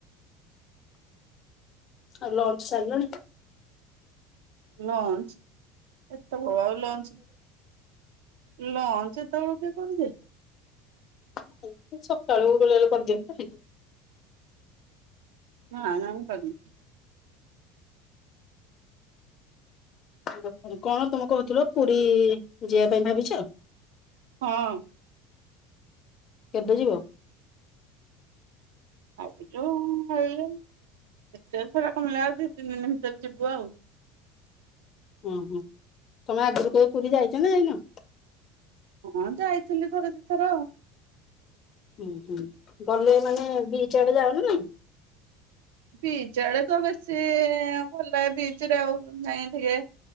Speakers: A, on the left; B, on the right.
A: ଆଉ ଲଞ୍ଚ ସାରିଲଣି।
B: ଲଞ୍ଚ ଏତୋବୋଳୁ ଆଉ ଲଞ୍ଚ ଲଞ୍ଚ ଏତୋବୋଳୁ କିଏ କରିଦିଏ।
A: <unintelligible> ସକାଳୁ <unintelligible>
B: ନା ନା ମୁଁ କରିନି। <inaudible>
A: <unintelligible> କଣ ତମେ କୋହୁଥୁଲ ପୁରୀ ଯିବା ପାଇଁ ଭାବିଚ।
B: ହଁ।
A: କେବେ ଯିବ।
B: ଭାବିଚୁ ଏଇ <unintelligible> ମିଳା ଆଉ ଦି ତିନି ଦିନ ଭିତେରେ ଯିବୁ ଆଉ।
A: ହୁଁ ହୁଁ ତମେ ଆଗୁରୁ କେବେ ପୁରୀ ଯାଇଚ ନା ଯାଇନ?
B: ହଁ ଯାଇଥିଲି ଥରେ ଦିଥର।
A: ହୁଁ ହୁଁ ଗଲେ ମାନେ ବିଚ୍ ଆଡେ ଯାଅ ନା ନାଇଁ?
B: ବିଚ୍ ଆଡେ ତ ବେଶୀ ଆଉଁ ଭଲ ବିଚ୍ ରେ ଆଉ ନାଇଁ ଟିକେ